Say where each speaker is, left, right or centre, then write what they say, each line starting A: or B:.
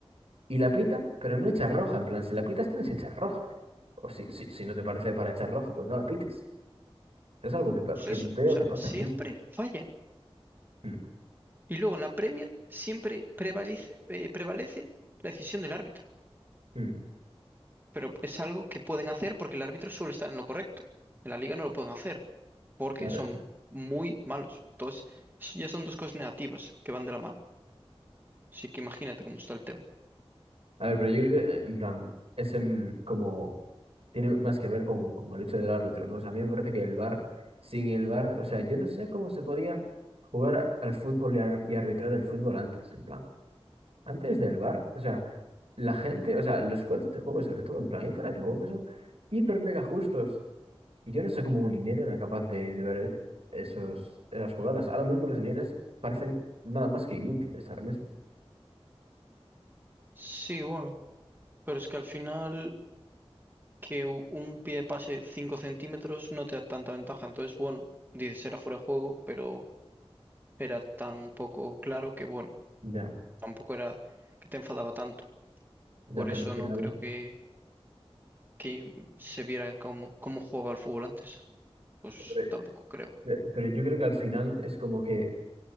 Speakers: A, on the right; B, on the right.
A: y la pita, pero no echa roja. En plan, si la pitas, tienes que echar roja. O si, si, si no te parece para echar roja, pues no la pites. Es algo que, pa-
B: Pues
A: que
B: eso,
A: veo
B: o sea,
A: que pasa
B: siempre
A: mucho.
B: fallan.
A: Mm,
B: Y luego en la Premier siempre prevalece, eh, prevalece la decisión del árbitro.
A: mm.
B: pero es algo que pueden hacer porque el árbitro suele estar en lo correcto. En la liga no lo pueden hacer porque
A: A ver,
B: son muy malos. Entonces, eso ya son dos cosas negativas que van de la mano. Así que imagínate cómo está el tema.
A: a ver, pero yo creo que, eh, en plan, es em, como, tiene más que ver con, con el hecho del árbitro, ¿no? O sea, a mí me parece que el VAR, sin el VAR, o sea, yo no sé cómo se podía jugar al fútbol y, ar- y arbitrar el fútbol antes, en plan, antes del VAR, o sea, la gente, o sea, los esfuerzos de este juego, sobre todo, en plan, hay fuerzas de juego que son hiper mega justos. Y yo no sé cómo un linier era capaz de, de ver esos, esas jugadas. Ahora mismo los linieres parecen nada más que inútiles, ahora mismo.
B: Sí, bueno, pero es que al final que u- un pie pase 5 centímetros no te da tanta ventaja. Entonces, bueno, dices era fuera de juego, pero era tan poco claro que, bueno,
A: Ya,
B: tampoco era que te enfadaba tanto.
A: ya,
B: Por
A: pero
B: eso
A: al final,
B: no creo que, que se viera cómo, cómo jugaba el fútbol antes. pues
A: pero
B: tampoco creo.
A: pero yo creo que al final es como que